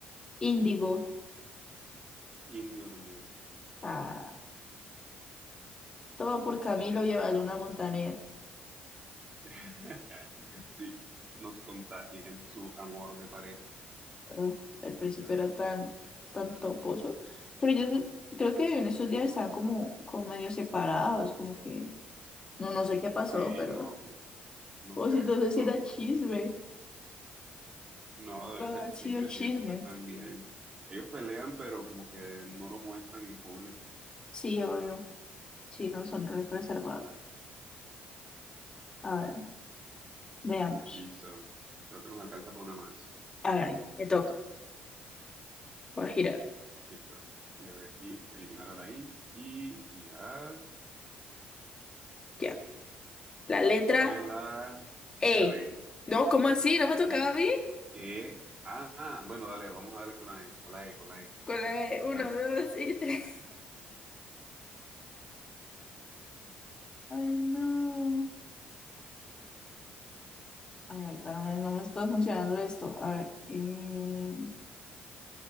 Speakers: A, on the left; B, on the right.
A: Índigo.
B: índigo también.
A: Ah, todo por Camilo
B: Listo.
A: Luna Montaner.
B: <laughs> Sí, nos contagian su amor de pareja.
A: Uf, el principio
B: A ver,
A: era
B: 304,
A: tan, tan toposo.
B: sí.
A: Pero yo creo que en esos días estaban como, como medio separados, como que no, no sé qué pasó,
B: Sí,
A: pero.
B: no. No
A: O
B: creo.
A: si entonces era chisme.
B: No, debe
A: Va
B: ser
A: a haber
B: chisme,
A: sido chisme.
B: sí, ellos siempre están bien. Ellos pelean, pero como que no lo muestran en público.
A: Sí, obvio. Sí, no son re reservados. A ver, veamos.
B: Listo. Creo que nos alcanza para una más.
A: A ver, me toca. Va a girar.
B: Listo. Le doy aquí, eliminar a la I y girar.
A: Ya. La letra
B: Sale la
A: E.
B: R.
A: No, ¿cómo así? ¿No me tocaba
B: ¿Qué?
A: a mí?
B: ¿Qué? Ah, ah, bueno, dale, vamos a darle con la E, con la E, con la E.
A: Con la E. Uno,
B: Dale.
A: dos y tres. Ay, no. Ay, ahorita no me, no me está funcionando esto. A ver, eh,